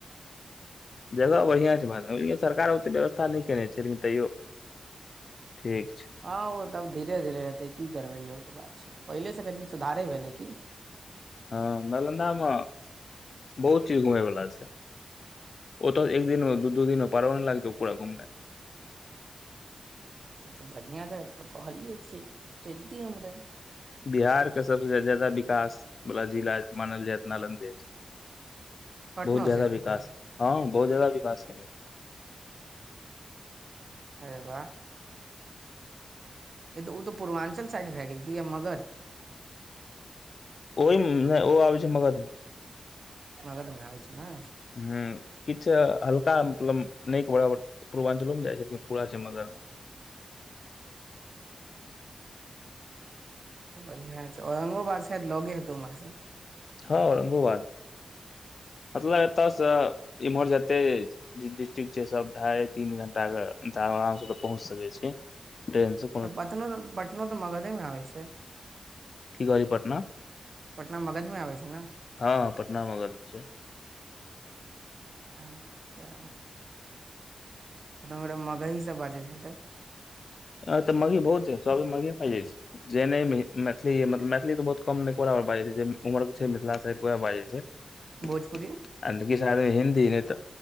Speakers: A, on the left; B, on the right.
A: जगह बढ़ियां छै भारत मे सरकार ओते व्यवस्था स्था नहि केने छै लेकिन तैयो ठीक छै
B: हँ ओ तब धीरे धीरे हेतै की करबै इहो तऽ बात छै पहिले से कनी सुधारे भेलै की
A: हँ नालन्दामे बहुत चीज घुमय वला छै ओ तऽ एक दिन दू दू दिनो पारब नहि लागतौ पूरा घुममे
B: त तऽ बढ़ियां जगह तरा कहलियै छी चलितिये उमरे
A: बिहार के सबस जादा विकास वाला जिला मानल जायत नालन्दे
B: पटनो
A: बहुत जादा
B: से
A: विकास हँ बहुत जादा विकास केने
B: अरे वाह तऽ ओ तऽ पूर्वाञ्चल साइड भए गेल क कि या मगध
A: ओहिमे ओ आबै छै मगध
B: मगध मे आबै छै नाइ
A: ह किछ हल्का मतलब नय के बराबर पूर्वञ्चलोमे जाइ छै लेकिन पुरा छै मगध मऽ
B: बढ़िआँ छै औरंगोबाद सायद लगे हेतौ उम्हर सँ
A: हँ औरंगोबाद मतलब एतयसँ इम्हर जेते डिस्ट्रिक्ट छै सब ढाई तीन घंटा के आराम से पहुँच सकै छी ट्रेन सँ
B: पतनो पटनो तऽ मगधे म आबै छै
A: कि कहलिए पटना
B: पटना मगध मे आबै छै ने
A: हँ हँ पटना मगध मऽ छै
B: हँ तऽ <unintelligible> मगही सब बाजै हेतै
A: हँ एतअ मगही बहुत छै सभ अभि मगहीये बाजैय छै जे नहि मैथिली मैथिली तऽ बहुत कम निकोरा बर बाजै छैथिन उमहर छै मिथिला सँ उहे बाजै छै <inaudible>
B: भोजपुरी
A: आ किछ आदमी हिन्दी नइ तऽ